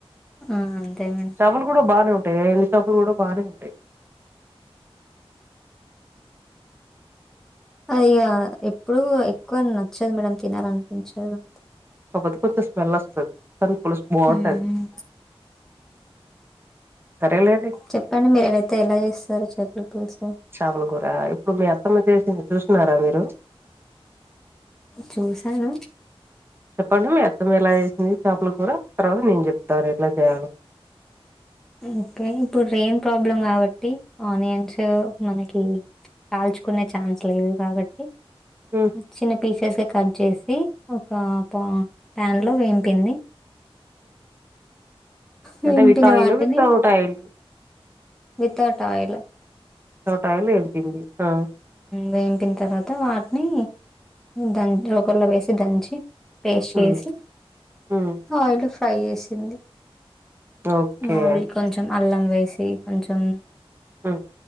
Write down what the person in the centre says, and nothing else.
ఆ అంతే మేడం
ఆ ఇగ ఎప్పుడు ఎక్కువ నచ్చదు మేడమ్ తినాలనిపించదు అంతె
మ్మ్
చెప్పండి మీరైతే ఎలా చేస్తారు చేపల పులుసు
చూసాను
ఓకే ఇప్పుడు రెయిన్ ప్రాబ్లం కాబట్టి ఆనియన్స్ మనకి కాల్చుకునే ఛాన్స్ లేదు కాబట్టి
చిన్న పీసెస్ గా కట్ చేసి ఒక పా ప్యాన్ లో వేంపింది వేంపిన
వాటిని
వితౌట్ ఆయ్ లు
వేంకిన్ తర్వాత వాట్ని దన్ రోకల్లొ వేసి దంచి పేస్టేసి
ఆయిల్ ఫ్రై జేసింది
నావి కొంచం అల్లం వేసి కొంచం